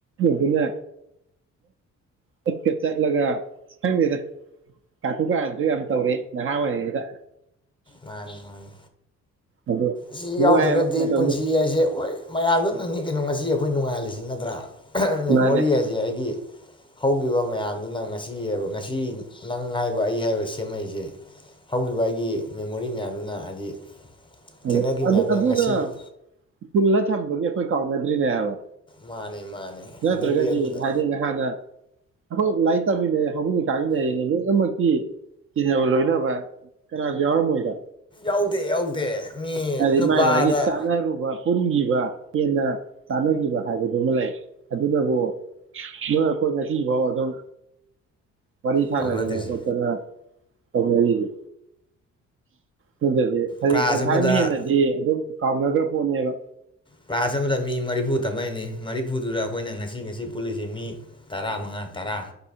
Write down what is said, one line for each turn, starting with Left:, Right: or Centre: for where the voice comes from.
Right: ꯑꯗꯨꯅ ꯆꯠꯀ ꯆꯠꯂꯒ ꯈꯪꯗꯦꯗ ꯀꯥꯇꯨ ꯀꯥꯔꯟꯁꯨ ꯌꯥꯝ ꯇꯧꯔꯦ ꯅꯍꯥ ꯑꯣꯏꯔꯤꯉꯩꯗ
Left: ꯃꯥꯅꯤ ꯃꯥꯅꯤ
Right: ꯑꯗꯨ
Left: ꯁꯤ
Right: ꯅꯨꯡꯉꯥꯏꯕ
Left: ꯌꯥꯎꯗ꯭ꯔꯒꯗꯤ
Right: ꯃꯇꯝꯗꯣ
Left: ꯄꯨꯟꯁꯤ ꯍꯥꯏꯁꯦ ꯍꯣꯏ ꯃꯌꯥꯝ ꯗꯨ ꯅꯪꯏ ꯀꯩꯅꯣ ꯉꯁꯤ ꯑꯩꯈꯣꯏ ꯅꯨꯉꯥꯏꯍꯜꯂꯤꯁꯤ ꯁꯤꯖꯤꯟꯅꯗ꯭ꯔꯥ ꯃꯦꯃꯣꯔꯤ
Right: ꯃꯥꯅꯦ
Left: ꯍꯥꯏꯁꯦ ꯍꯥꯏꯗꯤ ꯍꯧꯈꯤꯕ ꯃꯌꯥꯝꯗꯨꯅ ꯉꯁꯤ ꯁꯤꯕ ꯉꯁꯤ ꯅꯪ ꯍꯥꯏꯕ ꯑꯗꯨꯒ ꯑꯩ ꯍꯥꯏꯕ ꯁꯦꯝꯃꯛꯏꯁꯦ ꯍꯧꯈꯤꯕ ꯑꯩꯒꯤ ꯃꯦꯃꯣꯔꯤ ꯃꯌꯥꯝꯗꯨꯅ ꯍꯥꯏꯗꯤ
Right: ꯑꯣ
Left: ꯊꯦꯡꯅꯈꯤ ꯃꯌꯥꯝꯗꯨꯅ
Right: ꯑꯗꯨ ꯑꯗꯨꯅ
Left: ꯉꯁꯤ
Right: ꯄꯨ ꯄꯨꯜꯟꯅ ꯊꯝꯕꯒꯤ ꯑꯩꯈꯣꯏ ꯀꯥꯎꯅꯗ꯭ꯔꯤꯅꯦ ꯍꯥꯏꯕ
Left: ꯃꯥꯅꯤ ꯃꯥꯅꯦ
Right: ꯅꯠꯇ꯭ꯔꯒꯗꯤ
Left: ꯑꯗꯒꯤ ꯑꯗꯨꯗ
Right: ꯍꯥꯏꯗꯤ ꯍꯥꯟꯅ ꯑꯩꯈꯣꯏ ꯂꯥꯏꯔꯤꯛ ꯇꯥꯃꯤꯟꯅꯔꯦ ꯍꯧꯃꯤꯟꯅꯩ ꯀꯥꯃꯤꯟꯅꯔꯦꯅ ꯂꯣꯏꯅꯃꯛꯀꯤ ꯆꯤꯟꯅꯕ ꯂꯣꯏꯅꯕ ꯀꯅꯥꯁꯨ ꯌꯥꯎꯔꯝꯃꯣꯏꯗ
Left: ꯌꯥꯎꯗꯦ ꯌꯥꯎꯗꯦ ꯃꯤ
Right: ꯑꯗꯨꯗꯤ
Left: ꯅꯨꯄꯥꯗ
Right: ꯃꯥꯥꯏ ꯃꯥꯒꯤ ꯆꯥꯅꯔꯨꯕ ꯄꯨꯟꯈꯤꯕ ꯍꯦꯟꯅ ꯆꯥꯅꯈꯤꯕ ꯍꯥꯏꯕꯗꯨꯃ ꯂꯩ ꯑꯗꯨꯅꯕꯨ ꯅꯣꯏ ꯑꯩꯈꯣꯏ ꯉꯁꯤ ꯐꯥꯎ ꯑꯗꯨꯝ ꯋꯥꯔꯤꯁꯥꯅꯗꯅ
Left: ꯀꯥꯎꯅꯗ꯭ꯔꯤꯁꯤ
Right: ꯈꯣꯠꯇꯅ ꯇꯧꯅꯔꯤꯁꯤ ꯅꯠꯇ꯭ꯔꯗꯤ ꯍꯥꯏꯗꯤ
Left: ꯀ꯭ꯂꯥꯁ ꯑꯃꯗ
Right: <unintelligible> ꯊꯃ ꯍꯦꯟꯅꯗꯤꯌꯦ ꯑꯗꯨꯝ ꯀꯥꯎꯅꯈ꯭ꯔ ꯄꯣꯠꯅꯦꯕ
Left: ꯀ꯭ꯂꯥꯁ ꯑꯃꯗ ꯃꯤ ꯃꯔꯤꯐꯨ ꯇꯝꯃꯛꯏꯅꯤ ꯃꯔꯤꯐꯨꯗꯨꯗ ꯑꯩꯈꯣꯏꯅ ꯉꯁꯤ ꯉꯁꯤ ꯄꯨꯜꯂꯤꯁꯤ ꯃꯤ ꯇꯔꯥ ꯃꯉꯥ ꯇꯔꯥ